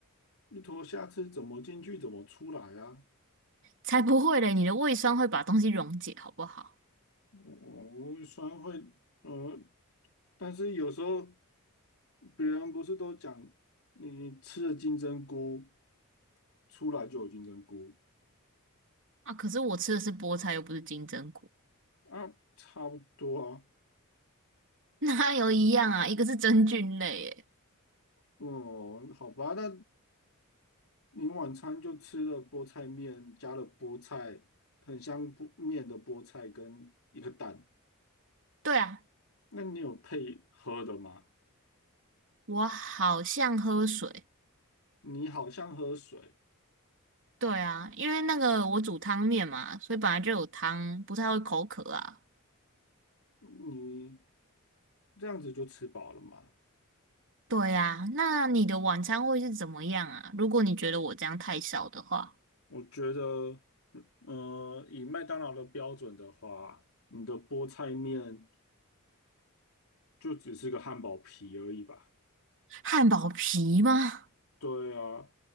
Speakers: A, on the left; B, on the right.
A: 一坨下次怎么进去，怎么出来啊？
B: 才不会嘞！你的胃酸会把东西溶解，好不好？
A: 我、我虽然会，呃，但是有时候别人不是都讲，你吃了金针菇出来就有金针菇
B: 啊，可是我吃的是菠菜，又不是金针菇，
A: 啊，差不多啊。
B: <laughs> 哪有一样啊？一个是真菌类，诶。
A: 哦，好吧，那你晚餐就吃了菠菜面，加了菠菜，很香菠面的菠菜跟一个蛋。
B: 对啊，
A: 那你有配喝的吗？
B: 我好像喝水，
A: 你好像喝水，
B: 对啊，因为那个我煮汤面嘛，所以本来就有汤，不太会口渴啊。
A: 你这样子就吃饱了吗？
B: 对呀，那你的晚餐会是怎么样啊？如果你觉得我这样太少的话，
A: 我觉得，呃，以麦当劳的标准的话，你的菠菜面就只是个汉堡皮而已吧？
B: 汉堡皮吗？
A: 对啊，